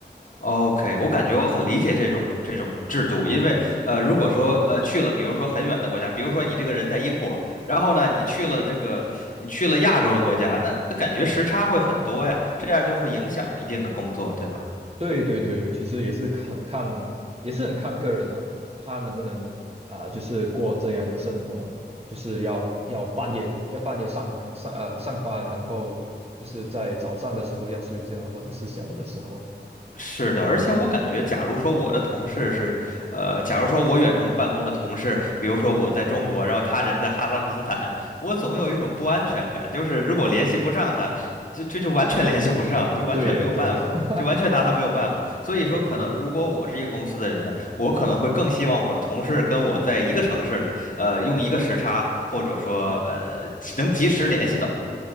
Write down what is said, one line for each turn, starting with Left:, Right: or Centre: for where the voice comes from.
Left: OK，我感觉我很理解这种这种制度，因为呃，如果说呃去了，比如说很远的国家，比如说你这个人在英国，然后呢你去了这个你去了亚洲的国家，那那感觉时差会很多呀，这样就会影响一定的工作，对吧？
Right: 对对对，其实也是很看，也是很看个人啦，他能不能啊、就是过这样的生活，就是要要半夜要半夜上上呃上班，然后就是在早上的时候要睡觉，或者是下午的时候。
Left: 是的，而且我感觉，假如说我的同事是，呃，假如说我远程办公的同事，比如说我在中国，然后他人在哈萨克斯坦，我总有一种不安全感，就是如果联系不上他，就就就完全联系不上了，就完全没有办法，
Right: 对耶对 <laughs>
Left: 就完全拿他没有办法。所以说，
Right: 对，
Left: 可能如果我是一个公司的人呢，我可能会更希望我的同事跟我在一个城市里，呃，用一个时差，或者说呃，能及时联系到。